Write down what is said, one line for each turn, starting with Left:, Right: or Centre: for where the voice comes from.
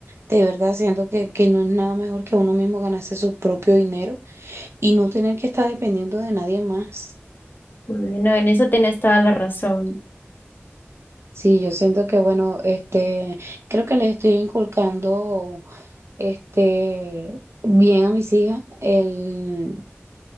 Right: De verdad, siento que, que no es nada mejor que uno mismo ganarse su propio dinero y no tener que estar dependiendo de nadie más.
Left: Bueno, en eso tienes toda la razón.
Right: Sí, yo siento que bueno, este, creo que les estoy inculcando este bien a mis hijas el,